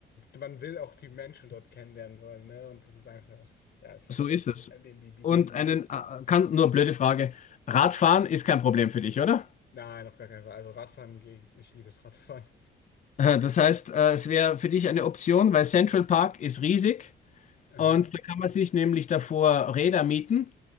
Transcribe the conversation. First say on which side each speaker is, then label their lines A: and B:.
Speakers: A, on the left (about 60°); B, on the left (about 40°).
A: man will auch die Menschen dort kennenlernen wollen, ne? Und das ist einfach, ja, ich finde,
B: so ist
A: ähm,
B: es.
A: Airbnb bietet
B: Und
A: sich da
B: einen,
A: einfach.
B: äh, kann, nur blöde Frage, Radfahren ist kein Problem für dich, oder?
A: Nein, auf gar keinen Fall. Also Radfahren gehe ich, ich liebe es Radfahren.
B: Äh, Das heißt, äh, es wäre für dich eine Option, weil Central Park ist riesig
A: <laughs> Aha.
B: und da kann man sich nämlich davor Räder mieten